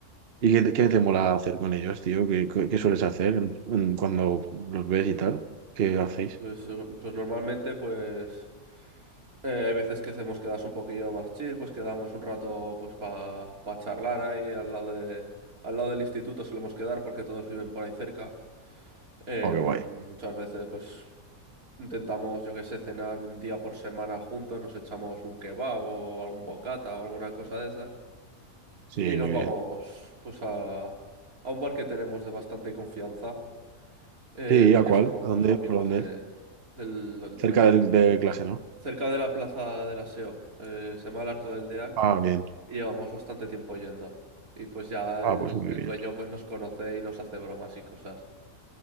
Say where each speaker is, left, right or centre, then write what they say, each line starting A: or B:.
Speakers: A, on the right (about 50°); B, on the right (about 75°).
A: ¿Y qué te, qué te mola hacer con ellos, tío? ¿Qué, qué- qué sueles hacer en- en cuando los ves y tal? ¿Qué hacéis?
B: Pues, eh, pues normalmente, pues eh, hay veces que hacemos quedas un poquillo más chill, pues quedamos un rato pues para charlar ahí al lado de, al lado del instituto solemos quedar porque todos viven por ahí cerca. Eh,
A: Oh, qué
B: muchas
A: guay.
B: veces pues intentamos, yo que sé, cenar un día por semana juntos, nos echamos un kebab o algún bocata o alguna cosa de esas
A: Sí,
B: y nos
A: muy
B: vamos
A: bien.
B: pues a, a un bar que tenemos de bastante confianza, eh,
A: Sí, ¿a
B: que
A: cuál?
B: somos
A: ¿A dónde?
B: amigos
A: ¿Por dónde
B: de,
A: es?
B: del del
A: Cerca
B: dueño.
A: del- de clase, ¿no?
B: cerca de la plaza del Aseo, eh, se llama el Arco del Deán,
A: Ah, bien.
B: y llevamos bastante tiempo yendo. Y pues ya
A: Ah,
B: el,
A: pues muy
B: el
A: bien.
B: dueño pues nos conoce y nos hace bromas y cosas.